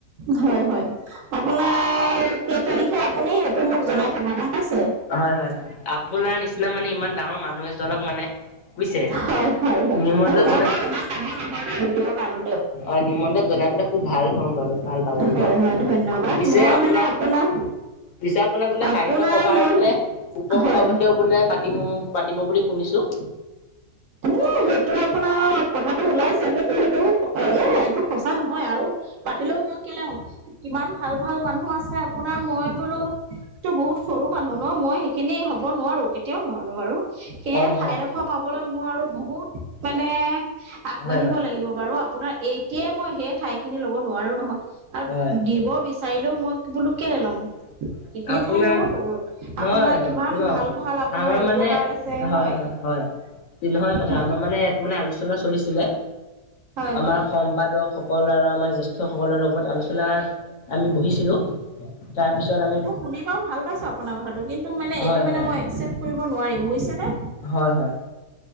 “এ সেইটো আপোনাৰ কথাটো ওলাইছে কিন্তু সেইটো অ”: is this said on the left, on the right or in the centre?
Right